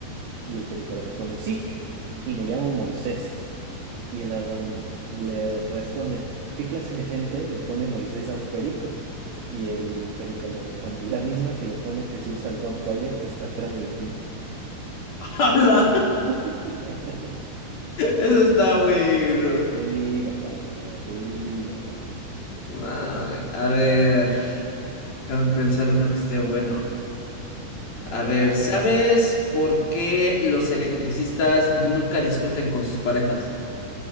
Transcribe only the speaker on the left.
<laughs> ¡Hala!
Eso está bueno.
No, a ver. Déjame pensar uno que esté bueno. A
ver,
¿sabes por qué los electricistas nunca discuten con sus parejas?